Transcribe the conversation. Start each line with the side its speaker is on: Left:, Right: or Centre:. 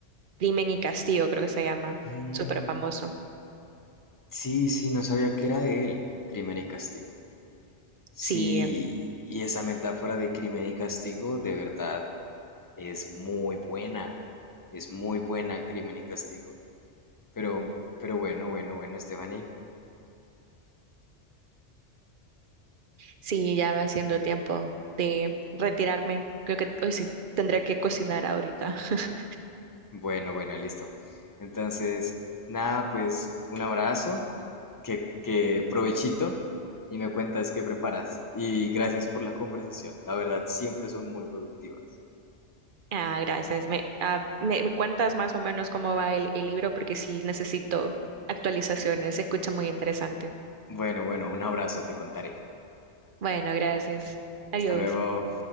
Right: Crimen y Castigo, creo que se llama,
Left: Mm,
Right: súper famoso.
Left: sí, sí, no sabía que era de él, Crimen y Castigo. Sí,
Right: Sí,
Left: y esa metáfora de crimen y castigo de verdad es muy buena, es muy buena crimen y castigo. Pero, pero bueno, bueno, bueno, Stephanie.
Right: Sí, ya va siendo tiempo de retirarme. Creo que hoy sí tendré que cocinar ahorita. <laughs>
Left: Bueno, bueno, listo. Entonces, nada, pues un abrazo, que, que provechito y me cuentas qué preparas. Y gracias por la conversación. La verdad, siempre son muy productivas.
Right: Ah, gracias. Me, ah, me, me cuentas más o menos cómo va el, el libro porque sí necesito actualizaciones. Se escucha muy interesante.
Left: Bueno, bueno, un abrazo, te contaré.
Right: Bueno, gracias. Adiós.
Left: Hasta luego.